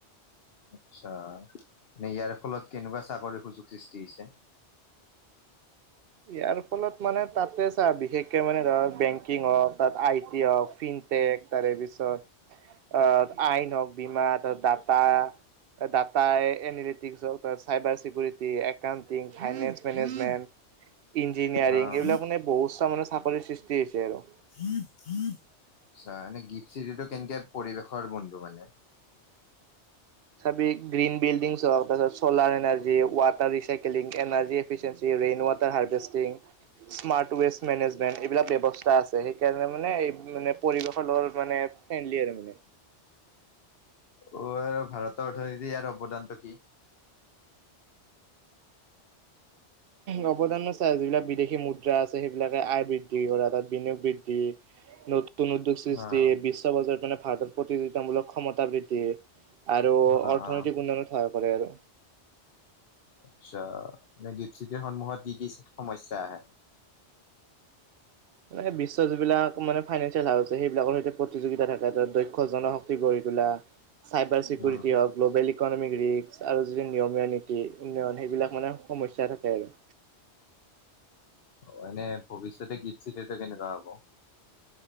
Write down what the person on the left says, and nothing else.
আচ্ছা! মানে ইয়াৰ ফলত কেনেকুৱা চাকৰিৰ সুযোগ সৃষ্টি হৈছে?
অ
আচ্ছা! গিট চিৰিটো কেনেকে পৰিৱেশৰ বন্ধু মানে?
অ' আৰু ভাৰতৰ অৰ্থনীতি ইয়াৰ অৱদানটো কি?
অ'
অ'
অ'
আচ্ছা! গিফ্ট চিটিৰ সন্মুখত কি কি সমস্যা আহে?
উম,
মানে ভৱিষ্যতে গিফ্ট চিটিটো কেনেকুৱা হ'ব?